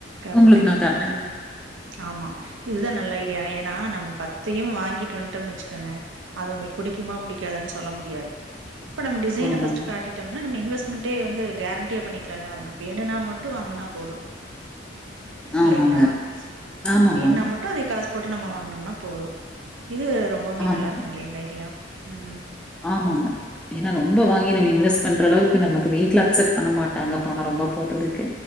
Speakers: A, on the right (about 80°); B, in the centre.
A: கரெக்டுங்க
B: உங்களுக்கு நான் தர்றேன்.
A: ம் ஆமா இதுதா நல்ல ஐடியா ஏன்னா நம் ம பத்தையு வாங்கிட்டு வந்துட்டோம்னு வச்சுக்கோங்க அது உங்களுக்கு புடிக்குமா புடிக்காதன்னு சொல்ல முடியாது இப்ப நம்ம டிசைன
B: ஆமாங்க.
A: ஃபர்ஸ்ட் காட்டோம்னா நம இன்வஸ் மெண்ட்டே வந்து கேரண்டியா பண்ணிக்கலாம்ல அவுங்களுக்கு வேணுனா மட்டு வாங்குனா போது இல்லைங்களா
B: ஆமாங்க.
A: அவு
B: ஆமாமாங்க.
A: வேணா மட்டு அதை காசு போட்டு நம்ம வாங்கினோம்னா போது இது ரொம்பவுமே
B: ஆமாங்க.
A: நல்லா இருக்குங்களே இந்த ஐடியா ம்
B: ஆமாங்க ஏன்னா ரொம்ப வாங்கி நம்ம இன்வெஸ்ட் பண்ற அளவுக்கு நமக்கு வீட்ல அக்செப்ட் பண்ண மாட்டாங்க பண ரொம் ம்ப போட்றதுக்கு